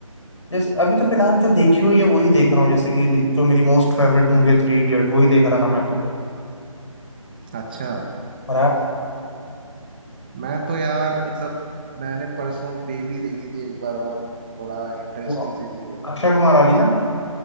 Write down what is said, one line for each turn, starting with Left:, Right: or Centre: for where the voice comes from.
Left: जैसे अभी तो फिलहाल जो देखी हुई है वही देख रहा हूँ जैसे कि जो मेरी मोस्ट फेवरेट मूवी है थ्री इडियट वही देख रहा था मैं तो
Right: अच्छा
Left: और आप
Right: मैं तो यार मतलब मैंने परसों बेबी देखी थी एक बार और थोड़ा इंटरेस्टिंग
Left: वो
Right: सी थी वो
Left: अक्षय कुमार वाली ना